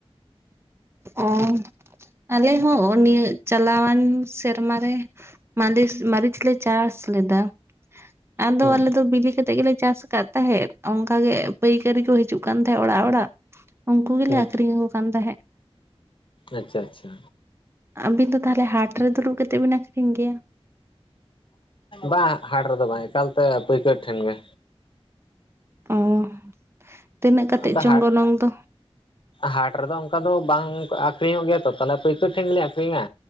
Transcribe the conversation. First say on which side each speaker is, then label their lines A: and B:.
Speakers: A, on the right; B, on the left.
A: ᱚ ᱟᱞᱮ ᱦᱚᱸ ᱚ ᱱᱤᱭᱟᱹ ᱪᱟᱞᱟᱣᱟᱱ ᱥᱮᱨᱢᱟᱟᱨ ᱨᱮ ᱢᱟᱞᱤᱥ ᱢᱟᱹᱨᱤᱪ ᱞᱮ ᱪᱟᱥ ᱞᱮᱫᱟ ᱟᱫᱚ
B: ᱦᱩᱸ
A: ᱟᱞᱮ ᱫᱚ ᱵᱤᱞᱤ ᱠᱟᱛᱮ ᱜᱮᱞᱮ ᱪᱟᱥ ᱠᱟᱫ ᱛᱟᱦᱮᱸᱫ ᱚᱱᱠᱟ ᱜᱮ ᱯᱟᱹᱭᱠᱟᱹᱨᱤ ᱠᱚ ᱦᱤᱡᱩᱜ ᱠᱟᱱ ᱛᱟᱦᱮᱸᱫ ᱚᱲᱟᱜ ᱚᱲᱟᱜ ᱩᱱᱠᱩ ᱜᱮᱞᱮ
B: ᱦᱩᱸ
A: ᱟᱠᱷᱨᱤᱧ ᱟᱹᱠᱩ ᱠᱟᱱ ᱛᱟᱦᱮᱫ
B: ᱟᱪᱪᱷᱟ ᱟᱪᱪᱷᱟ
A: ᱟᱹᱵᱤᱱ ᱫᱚ ᱛᱟᱦᱚᱞᱮ ᱦᱟᱴ ᱨᱮ ᱫᱩᱲᱩᱵ ᱠᱟᱛᱮᱫ ᱵᱤᱱ ᱟᱠᱷᱨᱤᱧ ᱜᱮᱭᱟ?
B: ᱵᱟᱝ ᱦᱟᱴ ᱨᱮᱫᱚ ᱵᱟᱝ ᱮᱠᱟᱞᱛᱮ ᱯᱟᱹᱭᱠᱟᱹᱨ ᱴᱷᱮᱱ ᱜᱮ
A: ᱚᱸ ᱛᱤᱱᱟᱹᱜ ᱠᱟᱛᱮ
B: ᱚᱱᱠᱟ
A: ᱪᱚᱝ
B: ᱦᱟᱴ
A: ᱜᱚᱱᱚᱝ ᱫᱚ?
B: ᱦᱟᱴ ᱨᱮᱫᱚ ᱚᱱᱠᱟ ᱫᱚ ᱵᱟᱝ ᱟᱠᱷᱨᱤᱧᱚᱜ ᱜᱮᱭᱟ ᱛᱚ ᱛᱟᱦᱞᱮ ᱯᱟᱹᱭᱠᱟᱹᱨ ᱴᱷᱮᱱ ᱜᱮᱤᱧ ᱟᱠᱷᱨᱤᱧᱟ